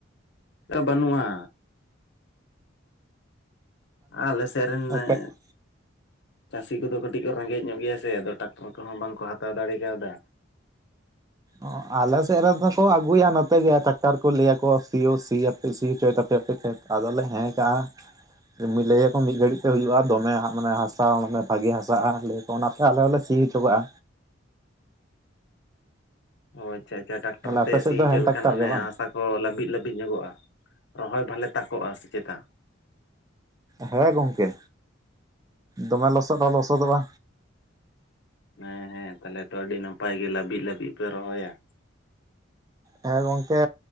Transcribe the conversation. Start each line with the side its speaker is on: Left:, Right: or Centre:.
Left: ᱟᱹ ᱵᱟᱹᱱᱩᱜᱼᱟ, ᱟᱞᱮ ᱥᱮᱫ ᱨᱮᱱ
Right: ᱟᱞᱮ
Left: ᱮᱸ ᱪᱟᱹᱥᱤ ᱠᱚᱫᱚ ᱠᱟᱹᱴᱤᱡ ᱠᱚ ᱨᱮᱸᱜᱮᱡ ᱧᱚᱜ ᱜᱮᱭᱟ ᱥᱮ ᱟᱫᱚ ᱴᱟᱨᱟᱠᱴᱟᱨ ᱠᱚᱦᱚᱸ ᱵᱟᱝ ᱠᱚ ᱦᱟᱛᱟᱣ ᱫᱟᱲᱮ ᱟᱠᱟ ᱣᱟᱫᱟ,
Right: ᱚ ᱟᱞᱮ ᱥᱮᱫ ᱨᱮᱱ ᱫᱚᱠᱚ ᱟᱹᱜᱩᱭᱟ ᱱᱚᱛᱮ ᱜᱮ ᱴᱟᱠᱴᱟᱨ ᱠᱚ ᱞᱟᱹᱭ ᱟᱠᱚ ᱥᱤᱭ ᱦᱚᱸ ᱥᱤ ᱟᱯ- ᱯᱨ ᱥᱤ ᱦᱚᱪᱚᱭ ᱛᱟᱯᱮᱭᱟ ᱟᱯᱮᱭᱟ ᱠᱷᱮᱛ ᱟᱫᱚ ᱞᱮ ᱦᱮᱸ ᱠᱟᱜᱼᱟ᱾ ᱢᱤᱫ ᱞᱟᱹᱭ ᱟᱠᱚ ᱢᱤᱫ ᱜᱷᱟᱹᱲᱤᱡ ᱛᱮ ᱦᱩᱭᱩᱜᱼᱟ, ᱫᱚᱢᱮ ᱦᱟᱸᱜ ᱢᱟᱱᱮ ᱦᱟᱥᱟ ᱢᱟᱱᱮ ᱵᱷᱟᱜᱤ ᱦᱟᱥᱟᱜᱼᱟ, ᱞᱟᱹᱭ ᱛᱚ ᱚᱱᱟᱛᱮ ᱟᱞᱮ ᱦᱚᱸᱞᱮ ᱥᱤ ᱦᱚᱪᱚ ᱠᱟᱜᱼᱟ
Left: ᱚ ᱟᱪᱪᱷᱟ ᱟᱪᱪᱷᱟ ᱴᱟᱠᱴᱟᱨ
Right: ᱛᱟᱦᱞᱮ ᱟᱯᱮ
Left: ᱛᱮ
Right: ᱥᱮᱫ
Left: ᱥᱤ
Right: ᱫᱚ
Left: ᱦᱚᱪᱚ
Right: ᱦᱮᱱ
Left: ᱞᱮᱠᱷᱟᱱ
Right: ᱴᱟᱠᱴᱟᱨ
Left: ᱢᱟᱱᱮ
Right: ᱜᱮ ᱵᱟᱝ
Left: ᱦᱟᱥᱟ ᱚ ᱞᱟᱹᱵᱤᱫ ᱞᱟᱹᱵᱤᱫ ᱧᱚᱜᱚᱜᱼᱟ ᱨᱚᱦᱚᱭ ᱵᱷᱟᱞᱮ ᱛᱟᱠᱚᱜᱼᱟ ᱥᱮ ᱪᱮᱛᱟ?
Right: ᱦᱮᱸ ᱜᱚᱝᱠᱮ ᱫᱚᱢᱮ ᱞᱚᱥᱚᱫ ᱦᱚᱸ ᱞᱚᱥᱚᱫᱚᱜᱼᱟ᱾
Left: ᱦᱮᱸ ᱦᱮᱸ ᱛᱟᱦᱮᱞᱮ ᱛᱚ ᱟᱹᱰᱤ ᱱᱟᱯᱟᱭ ᱜᱮ ᱞᱟᱹᱵᱤᱫ ᱞᱟᱹᱵᱤᱫ ᱯᱮ ᱨᱚᱦᱚᱭᱟ?
Right: ᱦᱮᱸ ᱜᱚᱝᱠᱮ᱾